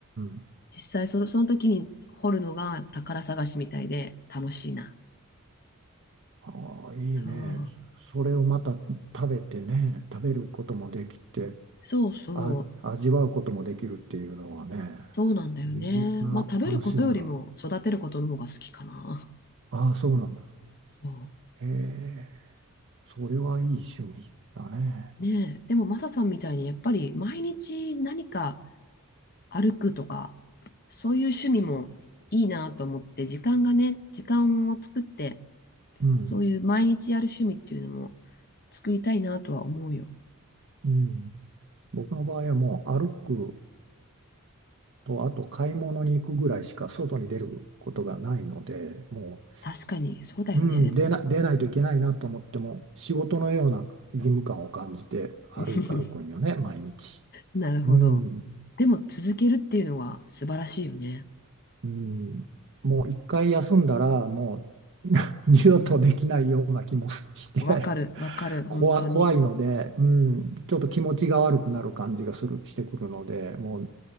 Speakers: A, on the right; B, on the left.
A: ん。
B: 実際その、その時に掘るのが宝探しみたいで楽しいな。
A: ああ、いいね。
B: そう。
A: それをまた食べてね、食べることもできて。
B: そうそう。
A: あ、味わうこともできるっていうのはね、
B: そうなんだよね。
A: いろんな楽しみが、
B: まあ食べることよりも育てることの方が好きかな。
A: ああ、そうなんだ。
B: そ
A: へえ、それはいい趣味だね。
B: う。ねえ。でもマサさんみたいにやっぱり毎日何か歩くとか、そういう趣味もいいなと思って、時間がね、時間を作って、
A: うん、
B: そういう毎日やる趣味っていうのも作りたいなとは思うよ。
A: うん。僕の場合はもう歩くと、あと買い物に行くぐらいしか外に出ることがないので、も
B: 確かに、そうだよね、
A: う、うん、
B: でも。
A: 出な、出ないといけないなと思っても、仕事のような義務感を感じて歩い、
B: <laughs>
A: 歩くんよね、毎日。
B: なるほど。
A: うん。
B: でも続けるっていうのは素晴らしいよね。
A: うん、もう一回休んだらもう <laughs> 二度とできないような気もして
B: うん。わかる、わかる、本当に。
A: 怖、怖いので、うん、ちょっと気持ちが悪くなる感じがする、してくるのでもう、